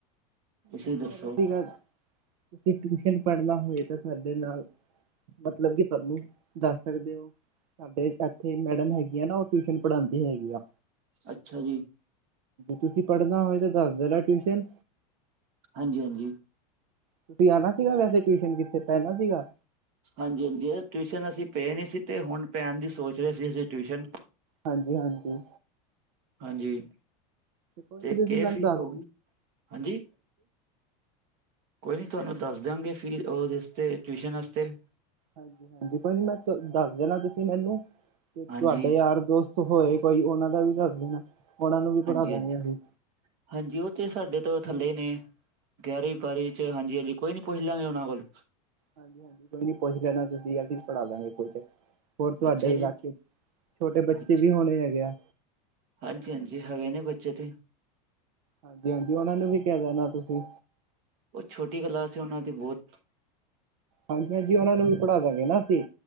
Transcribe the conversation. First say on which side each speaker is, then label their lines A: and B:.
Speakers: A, on the right; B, on the right.
A: ਤੁਸੀਂ
B: ਮੈਂ
A: ਦੱਸੋ
B: ਕਹਿ ਰ ਸੀ ਗੱਲ ਤੁਸੀਂ ਟਿਊਸ਼ਨ ਪੜ੍ਹਨਾ ਹੋਵੇ ਤਾਂ ਸਾਡੇ ਨਾਲ ਮਤਲਬ ਕਿ ਪਹਿਲਾ ਦੱਸ ਸਕਦੇ ਓ। ਸਾਡੇ ਇਕ ਐਥੇ ਮੈਡਮ ਹੈਗੀ ਆ ਨਾ, ਉਹ ਟਿਊਸ਼ਨ ਪੜ੍ਹਾਉਂਦੀ ਹੈਗੀ ਆ।
A: ਅੱਛਾ ਜੀ।
B: ਤੁਸੀਂ ਪੜਨਾ ਹੋਏ ਤੇ ਦੱਸ ਦੇਣਾ ਟਿਊਸ਼ਨ
A: ਹਾਂਜੀ, ਹਾਂਜੀ।
B: ਤੁਸੀਂ ਆਣਾ ਸੀਗਾ ਵੈਸੇ ਟਿਊਸ਼ਨ ਕਿਤੇ ਪੈਨਾ ਸੀਗਾ।
A: ਹਾਂਜੀ, ਹਾਂਜੀ। ਟਿਊਸ਼ਨ ਅਸੀਂ ਪਏ ਨੀ ਸੀ ਤੇ ਹੁਣ ਪੈਣ ਦੀ ਸੋਚ ਰਹੇ ਸੀ। ਅਸੀਂ ਟਿਊਸ਼ਨ
B: ਹਾਂਜੀ, ਹਾਂਜੀ।
A: ਹਾਂਜੀ
B: ਕੋਈ
A: ਤੇ
B: ਨੀ ਤੁਸੀਂ
A: ਕੇ
B: ਮੈਨੂੰ
A: ਫੀਸ
B: ਦੱਸ
A: ਹੋਗੀ। ਹਾਂਜੀ ਕੋਈ ਨੀ ਤੁਹਾਨੂੰ ਦੱਸ ਦ‌ਆਂਗੇ ਫੀਸ ਓ ਦੇ ਵਾਸਤੇ ਟਿਊਸ਼ਨ ਵਾਸਤੇ
B: ਹਾਂਜੀ-ਹਾਂਜੀ ਕੋਈ ਨੀ ਮੈਂ ਦੱਸ ਦੇਣਾ ਤੁਸੀਂ ਮੈਨੂੰ ਤੇ ਤੁਹਾਡੇ
A: ਹਾਂਜੀ
B: ਯਾਰ ਦੋਸਤ ਹੋਏ ਕੋਈ ਓਨਾਂ ਦਾ ਵੀ ਦੱਸ ਦੇਣਾ। ਓਨਾਂ ਨੂੰ ਵੀ
A: ਹਾਂਜੀ
B: ਪੜਾਦਗੇ
A: ਹਾਂਜੀ
B: ਅਸੀਂ
A: ਹਾਂਜੀ। ਓ ਤੇ ਸਾਡੇ ਤੋਂ ਥੱਲੇ ਨੇ ਗਿਆਰੀ ਬਾਰੀ ਹਾਂਜੀ-ਹਾਂਜੀ। ਕੋਈ ਨੀ ਪੁੱਛ ਲਾਂਗੇ ਓਨਾਂ ਕੋਲ
B: ਹਾਂਜੀ-ਹਾਂਜੀ। ਕੋਈ ਨੀ ਪੁੱਛ ਲੈਣਾ ਤੁਸੀਂ, ਅਸੀ ਪੜਾ ਦਾਂਗੇ ਕੁ ਚ ਹੋਰ ਤੁਹਾਡੇ
A: ਅੱਛਾ ਜੀ
B: ਇਲਾਕੇ ਚ ਛੋਟੇ ਬੱਚੇ
A: ਅੱਛਾ
B: ਵੀ ਹੋਨੇ ਹੈਗੇ ਆ।
A: ਹਾਂਜੀ, ਹਾਂਜੀ--ਹੈਗੇ ਨੇ ਬੱਚੇ ਤੇ
B: ਹਾਂਜੀ, ਹਾਂਜੀ--ਓਨਾਂ ਨੂੰ ਵੀ ਕੈ ਦੇਣਾ ਤੁਸੀਂ
A: ਓ ਛੋਟੀ ਗਲਾ ਸੇ ਓਨਾਂ ਦੀ ਬੋਤ
B: ਹਾਂਜੀ, ਹਾਂਜੀ। ਓਨਾਂ ਨੂੰ ਵੀ ਪੜਾ ਦਾਂਗੇ ਨਾ ਅਸੀਂ